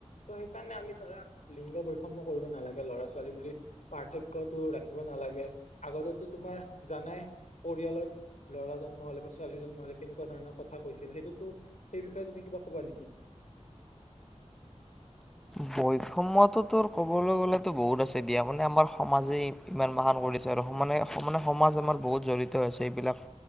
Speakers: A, on the left (about 75°); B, in the centre.
A: ত' সেইকাৰণে আমি ধৰা লিংগ বৈষম্য় কৰিব নালাগে ল'ৰা ছোৱালী বুলি পাৰ্থক্যটো ৰাখিব নালাগে। আগতেটো তোমাৰ জানাই পৰিয়ালত ল'ৰা জন্ম হলে বা ছোৱালী জন্ম হলে কেনেকুৱা ধৰণৰ কথা কৈছিল, সেইটোতো সেইবিষয়ে তুমি কিবা ক'বা নেকি?
B: বৈষম্যতটোৰ ক'বলৈ গ'লেতো বহুত আছে দিয়া মানে আমাৰ সমাজেই ইমান বাহান কৰিছে আৰু সমানে মানে সমাজ আমাৰ বহুত জঢ়িত হৈছে এইবিলাক